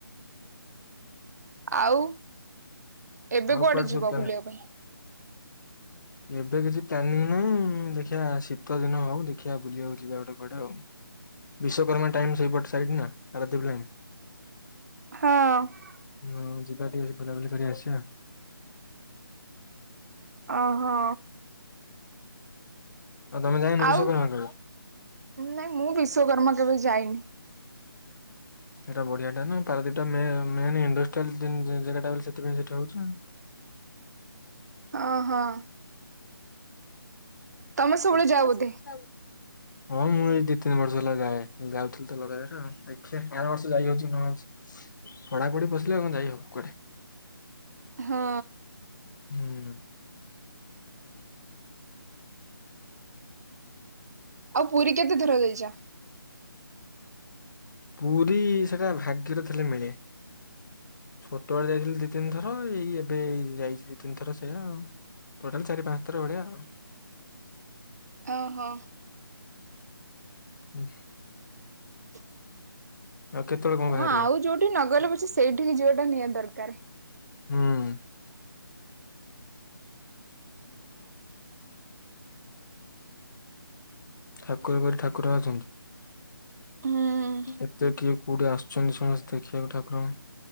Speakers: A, on the right; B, on the left.
A: ଆଉ ଏବେ
B: ଆଉ
A: କୁଆଡେ
B: ସବୁ
A: ଯିବ
B: ପ୍ଲାନ
A: ବୁଲିଆ ପାଇଁ?
B: ଏବେ କିଛି ପ୍ଲାନିଂ ନାହିଁ। ଦେଖିଆ ଶୀତ ଦିନ ହଉ ଦେଖିଆ ବୁଲିବାକୁ ଯିବା ଗୋଟେ କୁଆଡେ ଆଉ। ବିଶ୍ୱକର୍ମା ଟାଇମ୍ ସେଇପଟ ସାଇଡ୍ ନା ପାରାଦ୍ଵୀପ ଲାଇନ୍।
A: ହଁ
B: ହଁ ଯିବା ଟିକେ ବୁଲାବୁଲି କରି ଆସିବା।
A: ଓହୋ।
B: ଆଉ ତମେ ଯାଇନ ବିଶ୍ୱକର୍ମା
A: ଆଉ
B: କୁ?
A: ନାଇଁ ମୁଁ ବିଶ୍ଵକର୍ମା କେବେ ଯାଇନି।
B: ସେଟା ବଢିଆ ଟା ନା। ପାରାଦ୍ଵୀପ ଟା ମେ ମେନ୍ ଇଣ୍ଡଷ୍ଟ୍ରିଆଲ ଜା ଜାଗା ଟା ବୋଲି ସେଥିପାଇଁ ସେଠି ହଉଛି।
A: ଓ ହଁ। ତମେ ସବୁବେଳେ
B: ତମେ
A: ଯାଅ ବୋଧେ
B: ସବୁ <unintelligible> ହଁ ମୁଁ ଏଇ ଦି ତିନି ବର୍ଷ ହେଲା ଯାଏ। ଯାଉଥିଲି ତ ଲଗାତାର ଆଉ। ଦେଖିଆ ଏ ବର୍ଷ ଯାଇ ହଉଛି କି ନ ହଉଛି। ପଢାପଢି ପସିଲେ କଣ ଯାଇ ହବ କୁଆଡେ।
A: ହଁ।
B: ହୁଁ।
A: ଆଉ ପୁରୀ କେତେ ଥର ଯାଇଛ?
B: ପୁରୀ ସେଟା ଭାଗ୍ୟରେ ଥିଲେ ମିଳେ। ଛୋଟବେଳେ ଯାଇଥିଲି ଦି ତିନି ଥର। ଏଇ ଏବେ ଏଇ ଯାଇଛି ଦି ତିନି ଥର ସେଇୟା ଆଉ। ଟୋଟାଲ୍ ଚାରି ପାଞ୍ଚଥର ଭଳିଆ ଆଉ।
A: ଓହୋ।
B: ହୁଁ।
A: ହଁ
B: ଆଉ କେତେଳେ କଣ ବାହାରିବ
A: ହଁ ଆଉ ଯୋଉଠି ନଗଲେ ପଛେ ସେଇଠିକି ଯିବାଟା ନିହାତି ଦରକାର।
B: ହୁଁ।
A: ହଁ
B: ଠାକୁର <unintelligible> ଠାକୁର ଅଛନ୍ତି।
A: ହୁଁ
B: ଏତେ କିଏ କୋଉଠି ଆସୁଛନ୍ତି ସମସ୍ତେ ଦେଖିବାକୁ ଠାକୁରଙ୍କୁ।